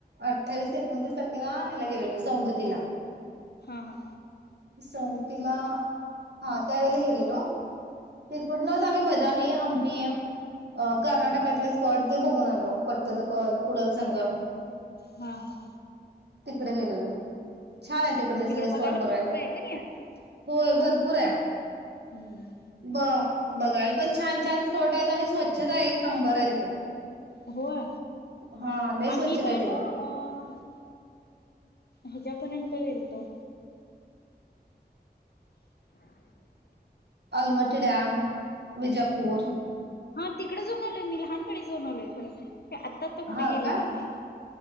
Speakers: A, on the right (about 75°); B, on the left (about 70°).
A: अठ्ठावीस एकोणतीस तारखेला ह्याला गेलेलो सौंदतीला
B: हा हा.
A: सौदतीला हा त्यावेेळेला गेलेलो. तिकुडनच आम्ही बदामी हंपी अ कर्नाटकातले स्पॉट ते बघून आल. ओ पटत द कॉल कुणाला सांगा.
B: हा हा.
A: तिकडे गेलेल. छान आहे तिकडचे
B: तिकडे
A: सगळे स्पॉट बघायला
B: भरपूर आहे का नाही
A: होय भरपूर आहे
B: हम्म
A: ब बघायला पण छान-छान. फोर्ट आहेत आणि स्वच्छता एक नंबर आय तिकड.
B: होय
A: हा लय
B: आम्ही
A: स्वच्छता
B: पण
A: आहे तिकड
B: अ. हज्यापर्यंत गेल तो. <inaudible>
A: अलमटी डॅम. विजापूर.
B: हम्म हा तिकडे जाऊन आलोय मी लहानपणी जाऊन आलोय खरं. हे आत्ता आत्ता कुठे
A: हा
B: गेले
A: का?
B: नाही